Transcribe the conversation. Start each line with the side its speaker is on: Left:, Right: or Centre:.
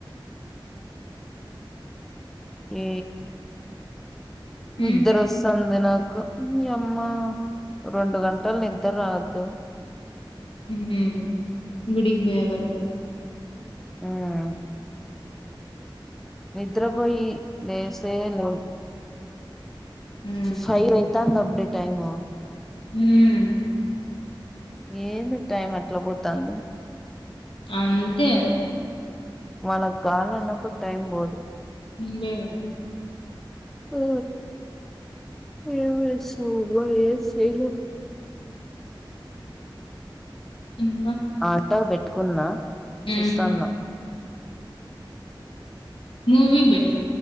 Centre: ఏ
Left: హ్మ్
Centre: నిద్దరొస్తాంది నాకు యమ్మ రెండు గం టల్ నిద్దరాద్దు
Left: హ్మ్ గుడికిపోయే వరకు
Centre: ఉమ్ నిద్రపోయి లేసే లో
Left: హ్మ్
Centre: ఫైవ్ ఐతాంది అప్పుడే టైము
Left: హ్మ్
Centre: ఏంది టైం అట్లా పోతాంది
Left: అంతే
Centre: మన కాలన్నప్పుడు టైం పోదు
Left: ఇంగేమి
Centre: ఆ ఏం జేస్తం అబ్బ ఏం చెయ్యలేం
Left: ఇంగ
Centre: ఆట బెట్కున్నా
Left: హ్మ్.
Centre: చూస్తాన్నా
Left: మూవీ బెట్